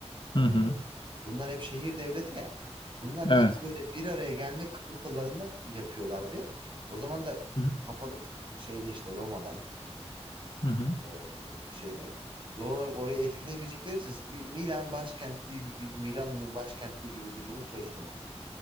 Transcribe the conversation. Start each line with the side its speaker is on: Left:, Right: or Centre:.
Right: Ee,
Left: Hı hı.
Right: bunlar hep şehir devleti ya. Bunlar
Left: Evet.
Right: ilk böyle bir araya gelme kıpırtılarını yapıyorlar bir. O zaman da
Left: Hı hı.
Right: papalık şeyde işte Roma'da
Left: Hı hı.
Right: e, şeyde doğal olarak orayı etkilemeyecekleri için bir Milan başkentliği gibi Milano'nun başkentliği gibi bir durum söz konusu.